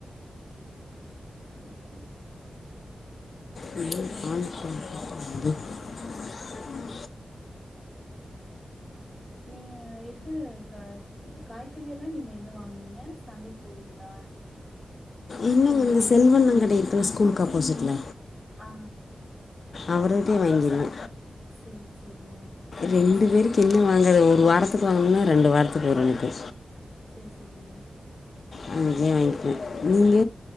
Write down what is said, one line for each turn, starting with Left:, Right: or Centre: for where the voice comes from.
Centre: <unintelligible>
Left: நீ பான் பாத்து <unintelligible>
Centre: நீங்க இது க காய்கறி எல்லா நீங்க எங்க வாங்குவீங்க சந்தைக் போவீங்ளா
Left: இல்லங்க இந்த செல்வ அண்ணே கட இருக்குல ஸ்கூலுக்கு அப்போசிட்ல
Centre: ஆ
Left: அவுரு கிட்டே வாங்கிருவே
Centre: சேல் சேலிங்க
Left: ரெண்டு பேருக்கு என்ன வாங்குற ஒரு வாரத்துக்கு வாங்னா ரெண்டு வாரத்துக்கு வரும் எனக்கு
Centre: சேர் சேரிங்க
Left: அங்க பேய் வாங்கிவே நீங்க